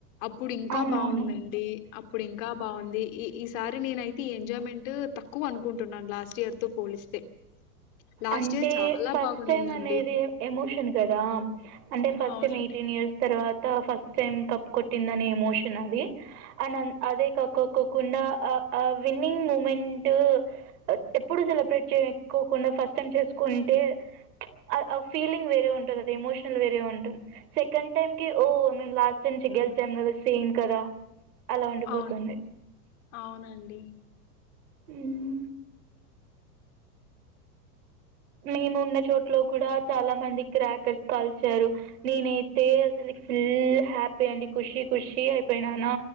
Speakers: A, on the left; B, on the right.
A: అప్పుడు ఇంకా
B: అవునవును
A: బాగుందండి అప్పుడు ఇంకా బాగుంది ఈ ఈ సారి నేనయితే ఈ ఎంజాయ్మెంట్ తక్కువ అనుకుంటున్నాను లాస్ట్ ఇయర్ తో పోలిస్తే లాస్ట్
B: అంటే
A: ఇయర్ చాలా
B: ఫస్ట్
A: బాగుండిందండి
B: టైమ్ అనేది ఎమోషన్ కదా అంటే ఫస్ట్
A: అవునండి
B: టైం ఎయిటీన్ ఇయర్ తర్వాత ఫస్ట్ టైమ్ కప్ కొట్టింది అనే ఎమోషన్ అది అండ్ అదే కక్కక్కకుండా ఆ ఆ విన్నింగ్ మూమెంట్ ఎప్పుడు సెలబ్రేట్ చేసుకోకుండా ఫస్ట్ టైం చేసుకుంటే ఆ ఫీలింగ్ వేరే ఉంటుంది అది ఎమోషనల్ వేరే ఉంటుంది సెకండ్ టైం కి ఓ మిము లాస్ట్ టైం గెలిచాం కదా సేమ్ కదా అలా ఉండిపోతుంది
A: అవును అవునండి
B: ఉనా మేము ఉన్న చోట్లో కూడా చాలా మంది క్రాకర్స్ కల్చారు నేనైతే అసలు ఫుల్ హ్యాపీ అండి ఖుషీ ఖుషి అయిపోయినాను